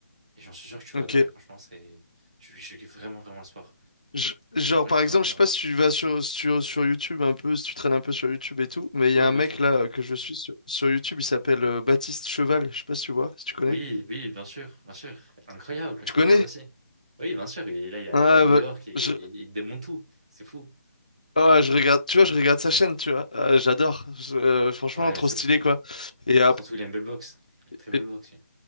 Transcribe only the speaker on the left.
ok.
Je- Genre,
par
exemple,
je sais pas
si tu vas sur, sur, sur YouTube un peu, si tu traînes un peu sur YouTube et tout, mais il
y a un
mec
là euh, que je suis sur, sur YouTube, il s'appelle euh, Baptiste Cheval. Je sais pas si tu vois, si tu connais.
Tu connais?
Ah,
bah,
je,
ouais, je regarde, tu vois, je regarde sa chaîne, tu vois. Euh,
j'adore. Je- euh, franchement,
trop
stylé, quoi. Et, ap-
et-